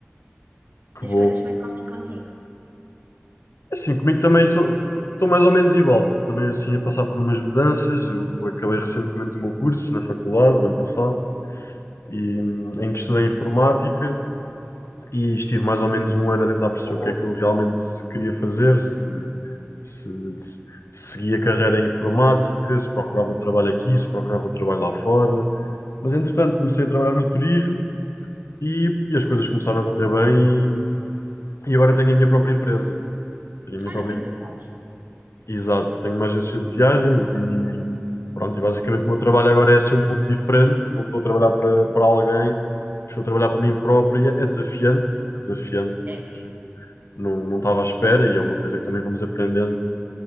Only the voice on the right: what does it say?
E
as coisas, como é que correm contigo?
Olha
que engraçados.
É.